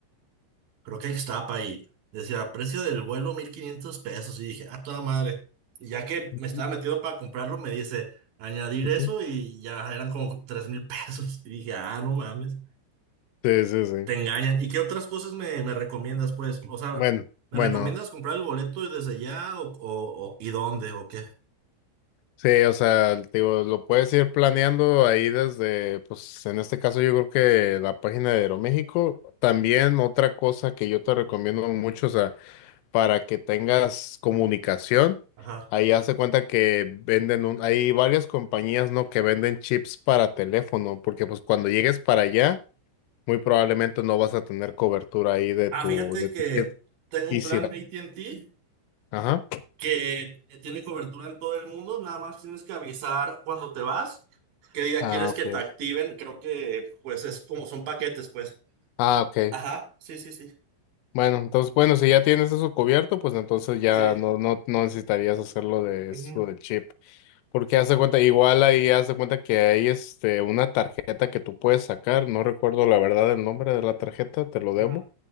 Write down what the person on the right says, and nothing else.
creo que Xtapa y decía, precio del vuelo 1500 pesos. Y dije, ah, toda madre. Y ya que
me estaba metido para comprarlo, me dice, añadir
eso y ya eran como 3000 pesos. Y dije, ah, no mames,
te engañan. ¿Y qué otras cosas me, me recomiendas, pues? O sea,
¿me
recomiendas comprar el boleto desde ya o, o, o- y dónde o qué?
Ajá.
Ah,
fíjate
que
tengo
un plan
de AT&T
que tiene cobertura en todo el mundo, nada más tienes que avisar cuando te vas, qué día
quieres
que te activen, creo que pues es como son paquetes, pues.
Ajá, sí, sí, sí,
sí.
Ujú,
ujú,